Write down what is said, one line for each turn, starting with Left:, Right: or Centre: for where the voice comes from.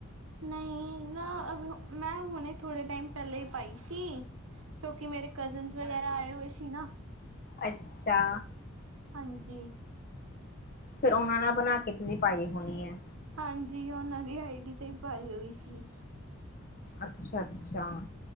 Right: ਨਹੀਂ ਨਾ ਅਹ ਮੈਂ ਹੁਣੇ ਥੋੜ੍ਹੇ ਟਾਈਮ ਪਹਿਲੇ ਹੀ ਪਾਈ ਸੀ। ਕਿਉਂਕਿ ਮੇਰੇ ਕਜ਼ਨਸ ਵਗੈਰਾ ਆਏ ਹੋਏ ਸੀ ਨਾ।
Left: ਅੱਛਾ
Right: ਹਾਂਜੀ
Left: ਫਿਰ ਉਹਨਾ ਨਾਲ ਬਣਾ ਕੇ ਤੁਸੀਂ ਪਾਈ ਹੋਣੀ ਹੈ।
Right: ਹਾਂਜੀ, ਉਹਨਾਂ ਦੀ ਆਈ ਡੀ ਤੇ ਹੀ ਪਾਈ ਹੋਈ ਸੀ।
Left: ਅੱਛਾ-ਅੱਛਾ।